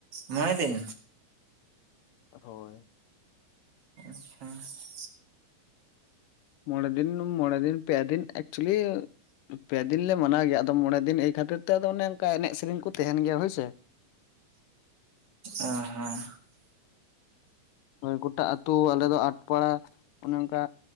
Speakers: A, on the right; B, on the left.
A: ᱢᱚᱬᱮ ᱫᱤᱱ
B: ᱦᱳᱭ
A: ᱟᱪᱪᱷᱟ <unintelligible>
B: ᱢᱚᱬᱮ ᱫᱤᱱ ᱢᱚᱬᱮ ᱫᱤᱱ ᱯᱮ ᱫᱤᱱ ᱮᱠᱪᱩᱭᱮᱞᱤ ᱯᱮ ᱫᱤᱱ ᱞᱮ ᱢᱟᱱᱟᱣ ᱜᱮᱭᱟ ᱟᱫᱚ ᱢᱚᱬᱮ ᱫᱤᱱ ᱮᱭ ᱠᱷᱟᱹᱛᱤᱨ ᱛᱮ ᱚᱱᱮ ᱚᱱᱠᱟ ᱮᱱᱮᱡ ᱥᱮᱨᱮᱧ ᱠᱚ ᱛᱟᱦᱮᱱ ᱜᱮᱭᱟ ᱦᱳᱭᱥᱮ
A: ᱚ ᱦᱚᱸ
B: ᱦᱳᱭ ᱜᱚᱴᱟ ᱟᱹᱛᱩ ᱟᱞᱮ ᱫᱚ ᱟᱴᱯᱟᱲᱟ ᱚᱱᱮ ᱚᱱᱠᱟ